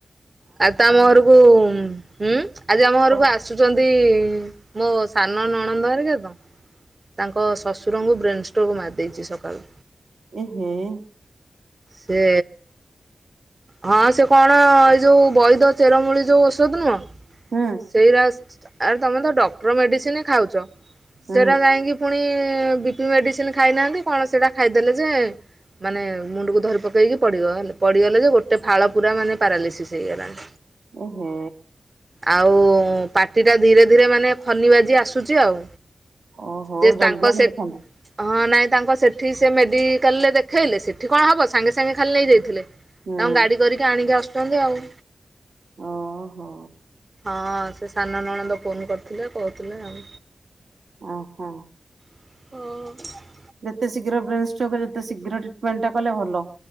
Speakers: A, on the right; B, on the right.
A: ଆଉ ତମ ଘରକୁ? ହୁଁ ଆଜି ଆମ ଘରକୁ
B: କଣ
A: ଆସୁଛନ୍ତି ମୋ ସାନ ନଣନ୍ଦଆରିକ ତ। ତାଙ୍କ ଶ୍ୱଶୁରଙ୍କୁ ବ୍ରେନ୍ ଷ୍ଟ୍ରକ୍ ମାରିଦେଇଛି ସକାଳୁ।
B: ଏ ହେଁ।
A: ସେ। ହଁ ସେ କଣ ଏଇ ଯୋଉ ବୈଦ ଚେରମୂଳି ଯୋଉ, ଔଷଧ ନୁହଁ।
B: ହୁଁ
A: ସେଇରା ଆରେ ତମେ ତ ଡକ୍ଟର ମେଡିସିନ ଖାଉଛ।
B: ହୁଁ
A: ସେରା ଯାଇକି ପୁଣି ସେ ବିପି ମେଡିସିନ ଖାଇନାହାନ୍ତି କଣ ସେଟା ଖାଇଦଲେ ଯେ ମାନେ ମୁଣ୍ଡ କୁ ଧରି ପକେଇକି ପଡିଗଲେ ପଡିଗଲେ ଯେ ଗୋଟେ ଫାଳ ପୁରା ମାନେ ପାରାଲିସିସ୍ ହେଇଗଲାଣି।
B: ଏହେ
A: ଆଉ ପା ପାଟି ଟା ଧୀରେ ଧୀରେ ମାନେ ଫନି ବାଜି ଆସୁଛି ଆଉ।
B: ଓହୋ
A: ଯେ
B: ଜଲଦି
A: ତାଙ୍କ
B: ଆଣି
A: ସେ
B: ଦେଖାନ୍ତୁ
A: ହଁ ନାଇଁ। ତାଙ୍କ ସେଠି ସେ ମେଡ଼ିକାଲରେ ଦେଖାଇଲେ ସେଇଠି କଣ ହେବ ସାଙ୍ଗେ ସାଙ୍ଗେ ଖାଲି ନେଇଯାଇଥିଲେ। ତାଙ୍କୁ
B: ହୁଁ
A: ଗାଡି କରିକି ଆଣିକି ଆସୁଛନ୍ତି ଆଉ।
B: ଓ ହୋ।
A: ହଁ ସେ ସାନ ନଣନ୍ଦ ଫୋନ୍ କରିଥିଲେ କହୁଥିଲେ ଆଉ।
B: ଓ ହୋ।
A: ହଁ।
B: ଯେତେ ଶୀଘ୍ର ବ୍ରେନ ଷ୍ଟ୍ରକ୍ ଯେତେ ଶୀଘ୍ର ଟ୍ରିଟମେଣ୍ଟ ଟା କଲେ ଭଲ।